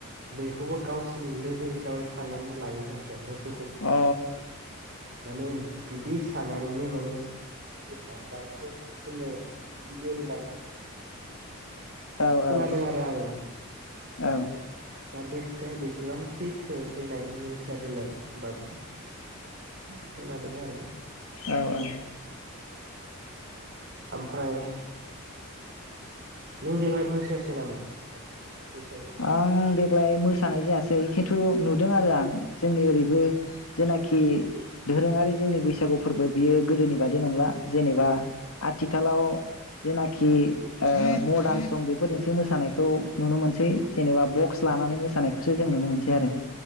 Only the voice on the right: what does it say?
बैखौबो गावसोरनि लोगो हिसाबै साननानै लायो जाहाथे मोसौ
माने बिदि सानानैनो माने मोसौनाव बेबायदि हांगारखौ फुनो बा थुयो होननानै
खोनादों
आरो आङो
दा बे खोथाया बेसेबां सैथो देनाय मिथियादोलाय होमबाबो खोनादों आरो ।
ओमफ्राय नों देग्लाय मोसायासै नामा नोंथां? बैसागुआव